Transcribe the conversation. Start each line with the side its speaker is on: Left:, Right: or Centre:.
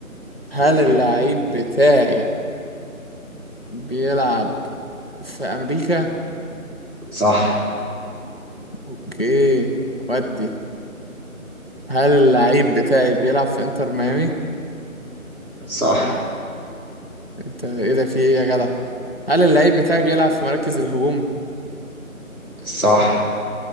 Left: هل
Right: تمام
Left: اللعيب بتاعي بيلعب في أمريكا؟
Right: صح
Left: أوكي ودي هل اللعيب بتاعي بيلعب في إنتر ميامي؟
Right: صح
Left: أنت إيه ده في إيه يا جدع؟ هل اللعيب بتاعي بيلعب في مراكز الهجوم؟
Right: صح